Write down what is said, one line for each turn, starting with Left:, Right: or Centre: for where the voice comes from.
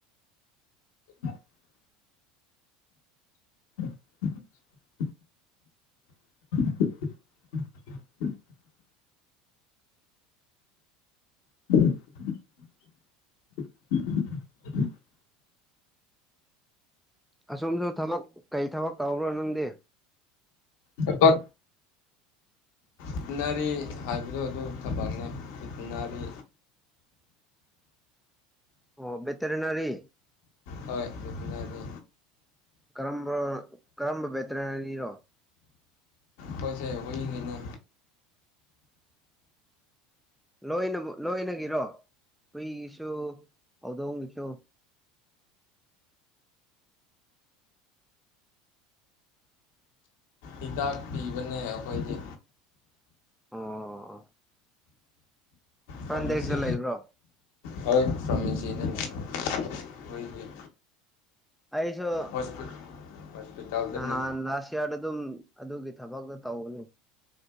Left: <inaudible> <inaudible> <inaudible> <inaudible>
Centre: ꯑꯁꯣꯨꯝꯁꯨ ꯊꯕꯛ ꯀꯩ ꯊꯕꯛ ꯇꯧꯕ꯭ꯔꯣ ꯅꯪꯗꯤ꯫
Left: ꯊꯥꯕꯛ ꯇꯤꯠꯅꯔꯤ ꯍꯥꯏꯕꯗꯣ ꯑꯗꯨ ꯊꯕꯛꯅꯦ ꯇꯤꯠꯅꯔꯤ꯫
Centre: ꯑꯣ ꯕꯦꯇꯅꯔꯤ꯫
Left: ꯍꯣꯏ ꯏꯅꯗꯤ꯫
Centre: ꯀꯔꯝꯕ ꯀꯔꯝꯕ ꯕꯦꯇꯔꯅꯔꯤꯅꯣ꯫
Left: ꯄꯣꯏꯁꯦ ꯑꯣꯏꯅ
Centre: ꯂꯣꯏꯅ ꯂꯣꯏꯅꯒꯤꯔꯣ ꯍꯨꯏꯒꯤꯁꯨ ꯍꯧꯗꯣꯡꯒꯤꯁꯨ
Left: ꯍꯤꯗꯥꯛ ꯄꯤꯕꯅꯦ ꯑꯩꯈꯣꯏꯗꯤ
Centre: ꯑꯣ ꯐ꯭ꯔꯟꯗꯦꯛꯁꯇ
Left: ꯐꯥꯔꯃꯥꯁꯤ
Centre: ꯂꯩꯕ꯭ꯔꯣ
Left: ꯍꯣꯏ ꯐꯥꯔꯃꯥꯁꯤꯅ ꯑꯈꯣꯏꯗꯤ꯫
Centre: ꯑꯩꯁꯨ
Left: ꯍꯣꯁꯄꯤꯇꯥꯜꯗꯅꯦ
Centre: ꯅꯍꯥꯟ ꯂ ꯀꯤꯌꯥꯔꯗ ꯑꯗꯨꯝ ꯑꯗꯨꯒꯤ ꯊꯕꯛꯇꯣ ꯇꯧꯅꯤ꯫